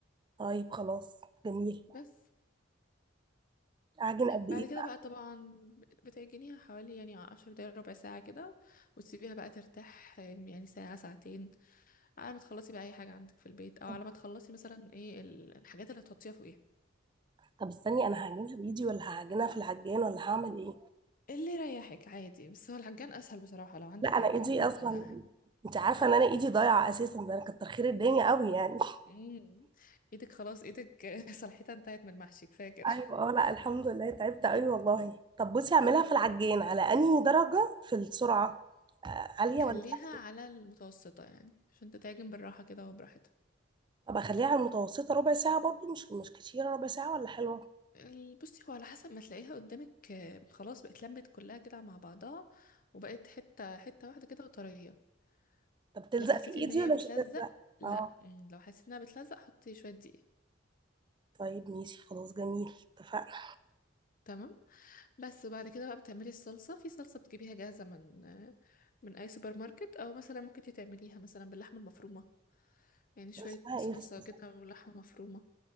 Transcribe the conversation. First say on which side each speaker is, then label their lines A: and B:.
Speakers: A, on the right (about 25°); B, on the left (about 45°).
A: طيب خلاص جميل
B: بس
A: اعجن قد ايه
B: بعد كده
A: بقى
B: بقى طبعا بت- بتعجنيها حوالي يعني عشر دقايق ربع ساعة كده وتسيبيها بقى ترتاح يعني ساعة ساعتين على ما تخلصي بقى أي حاجة عندك في البيت أو
A: طب
B: على ما تخلصي مثلا ايه ال- الحاجات اللي هتحطيها فوقيها
A: طب استني انا هعجنها بايدي ولا هعجنها في العجان ولا هعمل ايه
B: اللي يريحك عادي بس هو العجان اسهل بصراحة لو عندك
A: لا انا
B: عجان
A: ايدي
B: يبقى
A: اصلا انت عارفه ان انا ايدي ضايعه اساسا ده انا كتر خير الدنيا قوي يعني
B: امم ايدك خلاص ايدك <laughs> صلاحيتها انتهت من المحشي كفاية كده
A: ايوه اه لا الحمد لله تعبت قوي والله طب بصي
B: <laughs>
A: اعملها في العجين على انهي درجه في السرعه آه عاليه
B: خليها
A: ولا عالية؟
B: على المتوسطة يعني عشان تتعجن بالراحة كده وبراحتها
A: طب اخليها على المتوسطه ربع ساعه برضو مش مش كتيره ربع ساعه ولا حلوه
B: ال- بصي هو على حسب ما تلاقيها قدامك آه، خلاص بقت لمت كلها كده مع بعضها وبقت حتة حتة واحدة كده وطرية
A: طب تلزق
B: لو حسيتي
A: في ايدي
B: ان هي
A: ولا
B: بتلزق
A: مش هتلزق
B: لا
A: اه
B: مم، لو حسيتي انها بتلزق حطي شوية دقيق
A: طيب ماشي خلاص جميل اتفقنا
B: تمام بس بعد كده بقى بتعملي الصلصة في صلصة بتجيبيها جاهزة من من أي سوبر ماركت أو مثلا ممكن انتي تعمليها مثلا باللحمة المفرومة يعني شوية
A: طب اسمها
B: صلصة
A: ايه الصلصه
B: كده ولحمة مفرومة